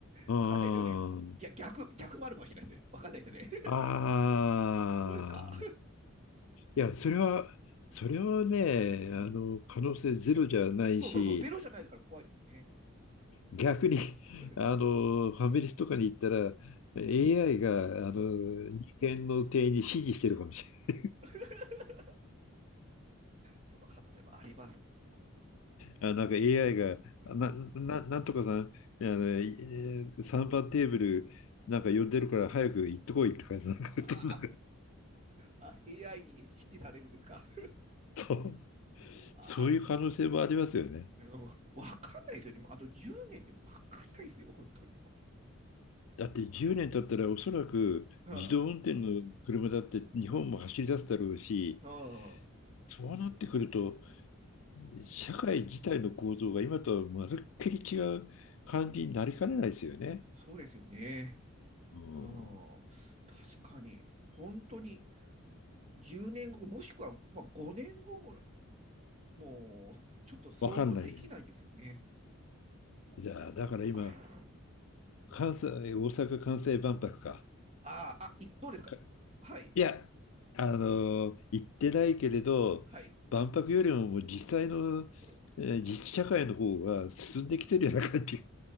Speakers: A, on the right; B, on the left.
A: わかんないですよね。
B: うん。
A: 逆逆逆もあるかもしれないですね。わかんないですよね。
B: ああ。
A: どうですか
B: いや、それは、それはね、
A: うん。
B: あの、可能性ゼロじゃないし、
A: そうそうそう、ゼロじゃないから怖いですよね。
B: 逆に、
A: <laughs>
B: あの、ファミレスとかに行ったら、AI が、あの、
A: うん。
B: 人間の店員に指示してるかもしれ
A: <laughs> その可能性もあります。も
B: ない。あ、なんか AI が、
A: ううん
B: な、な、なんとかさん、あの、えー3番テーブル、なんか呼んでるから早く行ってこいって感じなんか、
A: あ
B: そんな
A: あエーあ AI に支持されるんですか
B: そう、
A: あある
B: そういう可能性もありますよね。
A: うんわかんないですよね。もうあと10年ってわかんないですよ、本当に。
B: だって10年経ったらおそらく自動運転の車だって日本も走り出すだろうし、
A: うんうん。
B: そうなってくると社会自体の構造が今とはまるっきり違う感じになりかねないですよね。
A: うんそうですよね。
B: うん、
A: ああ、確かに、本当に10年後、もしくは、まあ、5年後もね、もう、ちょっと想像できないんですよね。
B: わかんない。
A: 怖い世の中で。
B: いや、だから今、
A: あ
B: 関西、大阪・関西万博か。
A: あ、あ、いどうですかはい、
B: かいや、あの、行ってないけれど、
A: はい。
B: 万博よりももう実際の、
A: うん、
B: えー自治社会の方が進んできてるような感じが、